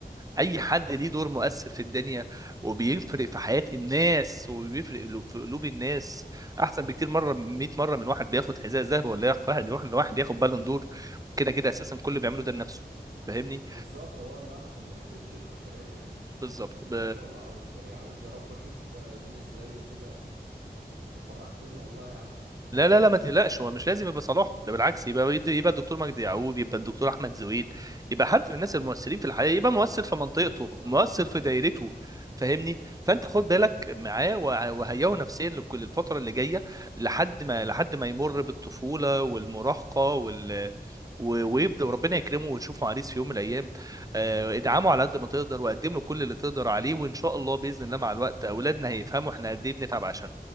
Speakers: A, on the right; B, on the right.
A: اي
B: صح
A: حد
B: طبعا
A: ليه دور مؤثر في الدنيا وبيفرق في حياة الناس وبيفرق له- في قلوب الناس احسن بكتير مرة 100 مرة من واحد بياخد حذاء ذهب ولا ياخد واحد واحد واحد ياخد بالون دور كده كده اساسا كل اللي بيعمله ده لنفسه فاهمني
B: بالظبط هو لنفسه ما بيفيدش البشريه يعني آه،
A: بالظبط
B: بسم
A: ب...
B: الله ما شاء الله على دكتور يعقوب يا رب اشوف آه، يونس زيه كده انت فرحتني والله يا عم
A: لا لا لا ما تقلقش هو مش لازم يبقى صلاح ده بالعكس يبقى يبقى الدكتور مجدي يعقوب يبقى الدكتور احمد زويل يبقى حد من الناس المؤثرين في الحقيقه يبقى مؤثر
B: يا رب
A: في منطقته
B: يا رب اسمع
A: مؤثر
B: من بقك
A: في دايرته
B: ربنا يا عم
A: فاهمني فانت خد بالك معاه وع- وهيئه نفسيا لكل الفتره اللي جايه لحد ما لحد ما يمر بالطفوله والمراهقه وال و- ويبدا وربنا يكرمه ويشوفه عريس في يوم من الايام آه، ادعمه على قد ما تقدر وقدم له كل اللي تقدر عليه وان شاء الله باذن الله مع الوقت اولادنا هيفهموا احنا قد ايه بنتعب عشان